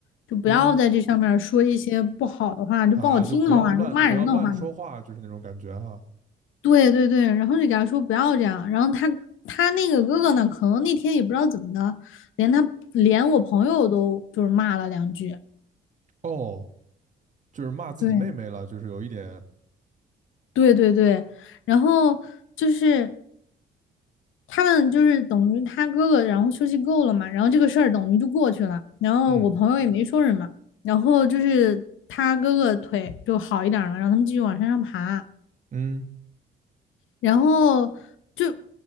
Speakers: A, on the left; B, on the right.
A: 就不要在这上面儿说一些不好的话，
B: 嗯
A: 就不好听的话，
B: 啊，就不要乱不要乱说话，
A: 就骂人的话嘛。
B: 就是那种感觉哈。
A: 对对对，然后就给他说不要这样，然后他他那个哥哥呢，可能那天也不知道怎么的，连他连我朋友都就是骂了两句，
B: 哦，就是骂自己妹妹了，
A: 对
B: 就是有一点，
A: 对对对，然后就是他们就是等于他哥哥，然后休息够了嘛，然后这个事儿等于就过去了，然后我朋友也没说什么，
B: 嗯
A: 然后就是他哥哥腿就好一点儿了，让他们继续往山上爬，
B: 嗯，
A: 然后就